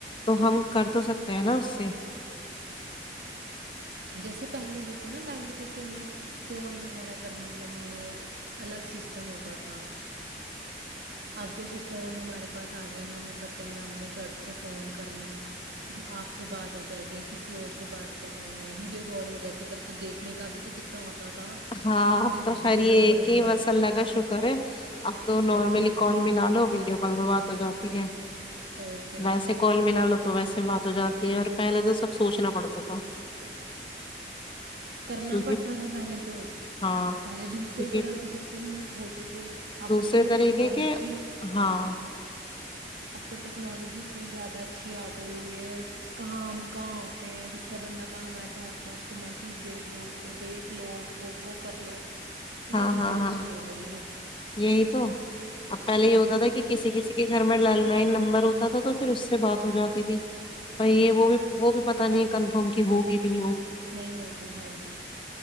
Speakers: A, on the left; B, on the right.
A: تو ہم کر تو سکتے ہیں نا اس سے
B: جیسے پہلے دیکھو نا پہلے جیسے ہمیں فون وغیرہ کرنے کے لئے الگ سسٹم ہوتا تھا اب جیسے فون ہمارے پاس آ گئے ہیں ہمیں پتہ ہے ہم نے جٹ سے فون کرنا ہے آپ سے بات ہو جائے گی کسی اور سے بات کرنی ہے ویڈیو کال ہو جاتی پہلے تو دیکھنے کا بھی تو کتنا ہوتا تھا
A: ہاں
B: اتنی
A: آپ
B: دور
A: تو خریے
B: دور ہو رہنا
A: کی وس اللہگ شو کرے اب تو نارملی
B: بالکل
A: کال ملا لو ویڈیو بلروات ہو جاتی ہے
B: اور کیا
A: ویسے کال ملا لو تو ویسے بات ہو جاتی ہے اور پہلے تو سب سوچنا پڑتا تھا
B: کرنا
A: کیونکہ
B: پڑتا تھا پہلے تو
A: ہاں
B: پہلے دوسرے
A: کیونکہ
B: طرح کے سسٹم ہوتے تھے اب
A: دوسرے
B: تو چلو
A: طریقے
B: ٹیکنالوجی
A: کہ ہاں
B: اب تو ٹیکنالوجی اتنی زیادہ اچھی اگئی ہوئی ہے کہاں ہم کہاں ہوتے ہیں دوسرا بندہ کہاں بیٹھا ہوتا ہے اس کو میسج پیٹ دو تو دیکھ لو اس کو وہ کر لو یہ
A: ہاں
B: چیزیں
A: ہاں
B: اچھی
A: ہاں
B: ہو گئی ہیں
A: یہی تو اب پہلے یہ ہوتا تھا کہ کسی کسی کے گھر میں لینڈ لائن نمبر ہوتا تھا تو پھر اس سے بات ہو جاتی تھی بائی
B: ہوں
A: یہ وہ بھی وہ بھی پت نہیں ہے کن ہم کے ہوگی نہیں
B: نہیں ہوگی ہاں جی